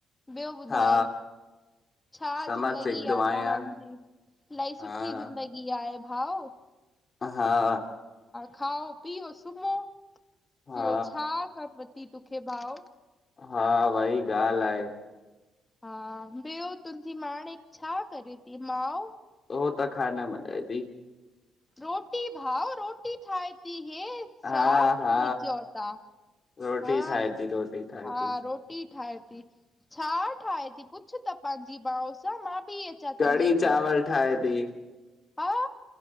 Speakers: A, on the left (about 15°); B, on the left (about 40°).
A: ॿियो ॿुधाए।
B: हा
A: छा
B: समझ
A: ज़िंदगी
B: सघंदो
A: आ
B: आहियां
A: तव्हांजी इलाही
B: हा
A: सुठी ज़िंदगी आहे हा भाऊ
B: हा
A: खाओ पीओ सुम्हो
B: हा
A: ॿियो छा कमु अथई तोखे भाऊ।
B: हा भई ॻाल्हि आहे।
A: हा ॿियो तुंहिंजी माउ छा करे थी माउ,
B: हू त खाधो ठाहे थी।
A: रोटी भाउ रोटी ठाहे थी हेै,
B: हा
A: छा सिंधी
B: हा
A: चओ था।
B: रोटी
A: हा
B: ठाहे थी रोटी ठाहे
A: हा
B: थी
A: रोटी ठाहे। छा ठाहे थी पुछ त पंहिंजी माउ खां नथी अचां
B: कढ़ी
A: तुंहिंजे
B: चांवर
A: घर
B: ठाहे थी
A: हा